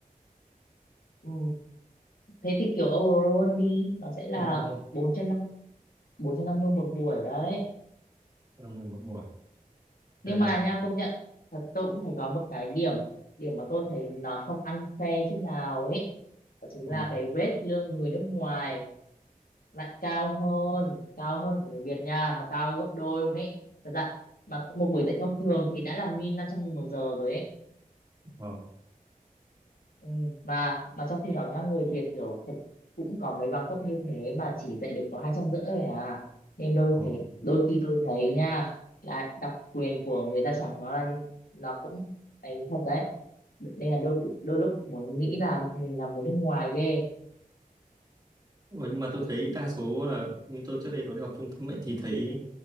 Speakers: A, on the left (about 85°); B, on the right (about 25°).
A: Ừ. Thế thì kiểu overall đi, nó sẽ là
B: Ừ, đúng rồi,
A: bốn bốn trăm bốn trăm năm mươi một buổi đấy
B: là 11 buổi. Ok.
A: nhưng mà nha công nhận thật tôi cũng thấy có một cái điểm điểm mà tôi thấy là không ăn phe chút nào ấy đó chính
B: Ừ.
A: là cái rate lương người nước ngoài lại cao hơn cao hơn của người Việt nha mà cao gấp đôi luôn ấy thật dạ mà một buổi dạy thông thường thì đã là min năm trăm nghìn một giờ rồi ấy
B: Wow.
A: Ừ, mà mà trong khi đó nhá người Việt kiểu thật cũng có mấy bằng cấp như thế mà chỉ dạy được có hai trăm rưỡi thôi à nên đôi
B: Ờ.
A: thấy đôi khi tôi thấy nha là đặc quyền của người da trắng nó là như- nó cũng ấy thật đấy nên là đôi đôi lúc cũng muốn nghĩ là mình là người nước ngoài ghê
B: Ủa, nhưng mà tôi thấy đa số là như tôi trước đây có đi học trung tâm ấy thì thấy